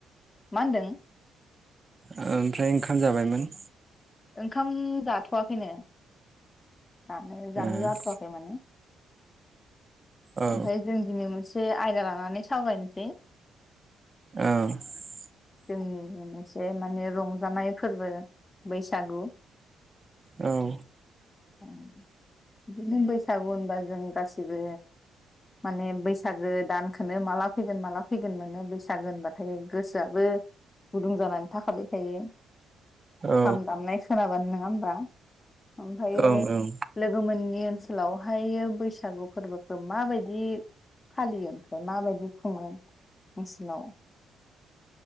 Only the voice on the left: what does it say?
मा होनदों?
ओंखाम जाथ'वाखैनो। दानो जानो
जाथ'वाखै माने।
ओमफाय जों दिनि मोनसे एसे आयदा लानानै सावरायनोसै
जोंनि मोनसे माने रंजानाय फोरबो बैसागु
उम बिदिनो बैसागु होनबा जों गासिबो माने बैसागो दानखोनो माला फैगोन माला फैगोन मोनो बैसागो होनबाथाय गोसोवाबो गुदुं जानानै थाखाबाय थायो।
खाम दामनाय खोनाबानो नों नङा होमबा ओमफ्रायो
लोगो मोननि ओनसोलावहायो बैसागु फोरबोखौ माबायदि फालियो ओमफ्राय माबायदि खुङो नोंसिनाव?